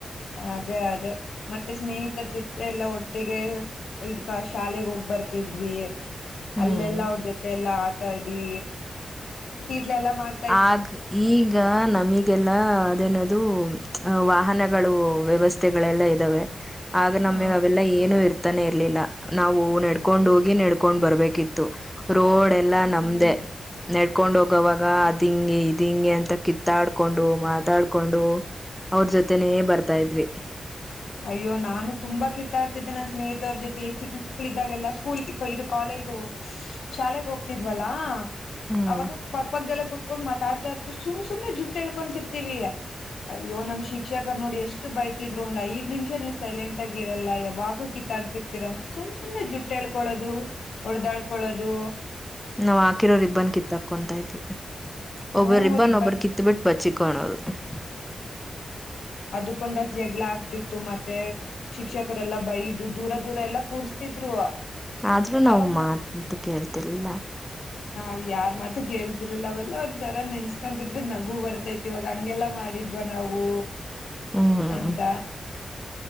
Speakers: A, on the left; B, in the centre.
A: ಅದೇ ಅದೇ ಮತ್ತೆ ಸ್ನೇಹಿತರ ಜೊತೆ ಎಲ್ಲ ಒಟ್ಟಿಗೆ, ಇದ್ಕ ಶಾಲೆೆಗೆ ಹೋಗ್ ಬರ್ತಿದ್ವಿ.
B: ಹ್ಮ್
A: ಅಲ್ಲೆಲ್ಲ ಅವ್ರ ಜೊತೆ ಎಲ್ಲಾ ಆಟಾಡಿ, ತೀಟ್ಲೆ ಎಲ್ಲ ಮಾಡ್ತ
B: ಆಗ್ ಈಗ ನಮಗೆಲ್ಲಾ ಅದೇನದು ವಾಹ ನಗಳು ವ್ಯವಸ್ಥೆಗಳೆಲ್ಲ ಇದ್ದಾವೆ ಆಗ ನಮಗ್
A: ಹ
B: ಅವೆಲ್ಲಾ ಏನು ಇರ್ತಾನೆ ಇರ್ಲಿಲ್ಲ. ನಾವು ನಡ್ಕೊಂಡೋಗಿ
A: ಹ್ಮ್
B: ನೆಡ್ಕೊಂಡ್ ಬರ್ಬೇಕಿತ್ತು. ರೋಡ್ ಎಲ್ಲಾ
A: ಹ್ಮ್
B: ನಮ್ದೇ. ನೆಡ್ಕೊಂಡ್ ಹೋಗವಾಗ, ಇದಿಂಗೆ ಇದಿಂಗೆ ಅಂತ ಕಿತ್ತಾಡ್ಕೊಂಡು ಮಾತಾಡ್ಕೊಂಡು. ಅವ್ರ ಜೊತೆನೇ ಬರ್ತಾ ಇದ್ವಿ..
A: ಅಯ್ಯೋ ನಾನು ತುಂಬಾ ಕಿತ್ತಾಡ್ತಿದ್ದೆ ನನ್ನ ಸ್ನೇಹಿತವ್ರ ಜೊತೆ ಚಿಕ್ಕ ಮಕ್ಳ ಇದ್ದಾಗೆಲ್ಲ ಸ್ಕೂಲ್ ಇದು ಕಾಲೈದು. ಶಾಲೆಗೆ ಹೋಗ್ತಿದ್ವಲ್ಲಾ
B: ಹ್ಮ್
A: ಅವಾಗ ಪಕ್ಕದಲ್ಲೇ ಕೂತ್ ಕೊಂಡ್ ಮಾತಾಡ್ತಾ ಇರ್ತಿವಿ ಸುಮ್ ಸುಮ್ಮನೆ ಜುಟ್ಟು ಹೇಳ್ಕೊಂತರ್ತಿವಿ. ಅಯ್ಯೋ ನಮ್ ಶಿಕ್ಷಕರ್ ನೋಡಿ ಎಷ್ಟು ಎಷ್ಟು ಬೈತಿದ್ರು. ಒಂದೈದ್ ಹತ್ ನಿಮಿಷ ನೀವು ಸೈಲೆಂಟ್ ಆಗಿರಲ್ಲ ಯಾವಾಗೂ ಕಿತ್ತಾಡ್ತಿರ್ತರ ಅಂತ ಸುಮ್ ಸುಮ್ನೆ ಜುಟ್ಟ ಹೇಳ್ಕೊಳೋದು. ಹೊಡ್ದಾಡ್ಕೊಳ್ಳೋದು.
B: ನಾವ್ ಹಾಕಿರೋ ರಿಬ್ಬನ್ ಕಿತ್ತ ಹಾಕೊತಾ ಇದ್ವಿ.
A: ಹ್ಮ
B: ಒಬ್ಬ ರಿಬನ್
A: ರಿಬ್ಬನ್
B: ಒಬ್ಬರ್ ಕಿತ್ ಬಿಟ್ಟ, ಬಚ್ಚಿಕಣೋದು. <inaudible>
A: ಅದಕ್ಕೊಂದಷ್ಟ ಜಗ್ಲ ಆಗ್ತಿತ್ತು. ಮತ್ತೆ, ಶಿಕ್ಷಕರೆಲ್ಲಾ ಬೈದು ದೂರ ದೂರ ಎಲ್ಲಾ ಕೂರ್ಸ್ತಿದ್ರು.
B: ಆದ್ರೂ ನಾವು
A: ಅವಾಗ
B: ಮಾತಂತು ಕೇಳ್ತಿರ್ಲಿಲ್ಲ.
A: ವ್ ಯಾರ್ ಮತ ಕೇಳ್ತ ತಿರಲಿಲ್ಲ ಅವೆಲ್ಲಾ ಒಂದ್ ತರ ನೆನ್ಸ್ಕೊಂತಿದ್ರೆ ನಗು ಬರ್ತೈತಿ ಇವಾಗ ಹಂಗೆಲ್ಲಾ ಮಾಡಿದ್ವ ನಾವು.
B: ಹ್ಮ್
A: ಅಂತ.